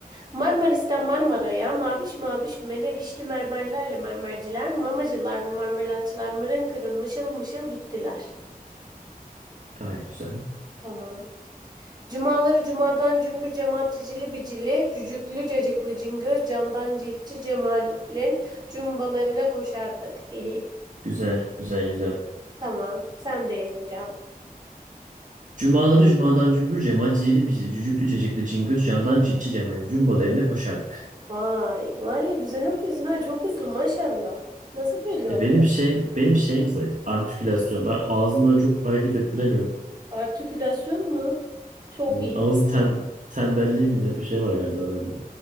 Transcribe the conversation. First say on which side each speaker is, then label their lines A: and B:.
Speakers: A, on the right; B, on the right.
A: Marmaris'ten Marmara'ya maviş maviş merevişli mermerlerle mermerciler, mamacılar ve marmelatçılar mırın kırın mışıl mışıl gittiler.
B: Gayet güzel.
A: Tamam. Cumaları cumadan cümbür cemaat cicili bicili, cücüklü cacıklı cingöz candan ciltçi Cemal'in cumbalı evine koşardık. <laughs> Hihi.
B: Güzel, güzel, güzel.
A: Tamam. Sendeyiz hocam.
B: Cumaları cumadan cümbür cemaat cicili bicili cücüklü cecikli cingöz candan çitçi cemali cumbalı evine koşardık.
A: Vay var ya güzel okuyorsun ha çok hızlı maşallah. Nasıl böyle
B: Ya
A: oluyor?
B: benim şeyim benim şeyim zayıf. Artikülasyon. Ben ağzımı böyle çok hareket ettiremiyorum.
A: Artikülasyon mu? Çok
B: Hmm,
A: iyi.
B: Ağız tem, tembelliği mi ne bir şey var galiba bende.